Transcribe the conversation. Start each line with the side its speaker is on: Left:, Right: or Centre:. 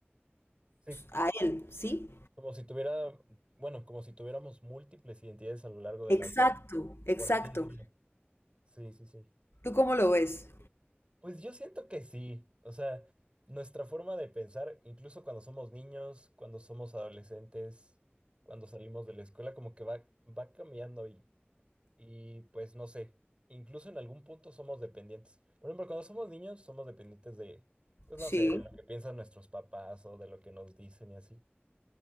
Right: Sí,
Left: a él, ¿sí?
Right: como si tuviera, bueno, como si tuviéramos múltiples identidades a lo largo de
Left: Exacto,
Right: la vida,
Left: exacto.
Right: por así decirlo. Sí, sí, sí.
Left: ¿Tú cómo lo ves?
Right: Pues yo siento que sí. O sea, nuestra forma de pensar, incluso cuando somos niños, cuando somos adolescentes, cuando salimos de la escuela, como que va, va cambiando Y pues no sé, incluso en algún punto somos dependientes. Por ejemplo, cuando somos niños somos dependientes de, pues
Left: Sí.
Right: no sé, de lo que piensan nuestros papás o de lo que nos dicen y así.